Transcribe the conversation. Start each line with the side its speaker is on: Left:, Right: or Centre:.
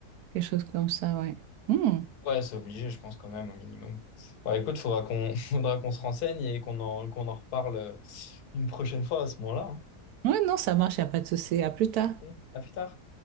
Right: quelque chose comme ça, ouais. Hmm.
Left: Ouais, c'est obligé, je pense quand même, au minimum. Bah, écoute, faudra qu'on <laughs> faudra qu'on se renseigne et qu'on en qu'on en reparle euh, une prochaine fois à ce moment-là. hein.
Right: Ouais, non, ça marche, il n'y a pas de souci. À plus tard.
Left: Ok. À plus tard.